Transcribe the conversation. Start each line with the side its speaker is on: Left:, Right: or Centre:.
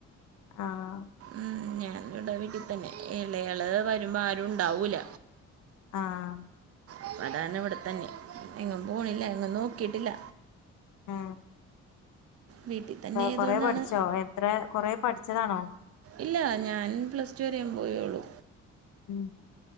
Left: ആഹ്
Right: ഉം ഞാൻ വടെ വീട്ടി തന്നെ എളെയാള് വരുമ്പോ ആരുണ്ടാവൂല
Left: ആ
Right: അപ്പതാണ് ഇവിടെത്തന്നെ എങ്ങും പോണില്ല എങ്ങും നോക്കിട്ടില്ല
Left: ആ
Right: വീട്ടിൽ തന്നെ ആയതുകൊണ്ടാണ്
Left: കൊറേ പഠിച്ചോ എത്ര കൊറേ പഠിച്ചതാണോ
Right: ഇല്ല ഞാൻ പ്ലസ് ടു വരെ പോയൊള്ളൂ
Left: ഉം